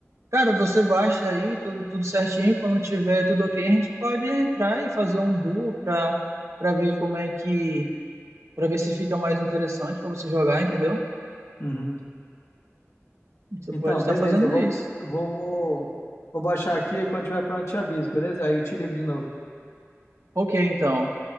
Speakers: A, on the right; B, on the left.
A: cara, você baixa aí tudo, tudo certinho, quando tiver tudo ok, a gente pode entrar e fazer um duo pra, pra ver como é que para ver se fica mais interessante para você jogar, entendeu?
B: Uhum.
A: Você
B: Então,
A: pode estar
B: beleza,
A: fazendo
B: eu vou,
A: isso.
B: vou, vou, vou baixar aqui e quando tiver pronto eu te aviso, beleza? Aí eu te ligo de novo.
A: Ok, então.